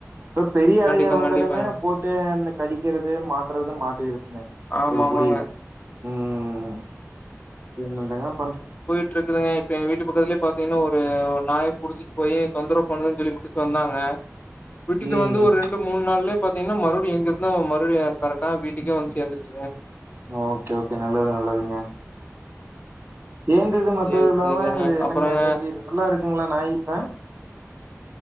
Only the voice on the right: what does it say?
இப்ப பெரிய அளுக
வந்தனுமே
போட்டு இந்த கடிக்கிறது மாட்றது மாட்டு இருக்குங்க
ஒரு புடி
ம் என்னதாங்க பண்
ம்
ஓகே ஓகே நல்லது நல்லதுங்க சேர்ந்தது மத்த
இல்லாம
அது என்னங்க
ஏதாச்சு நல்லா இருக்கு இருங்களா நாய் இப்ப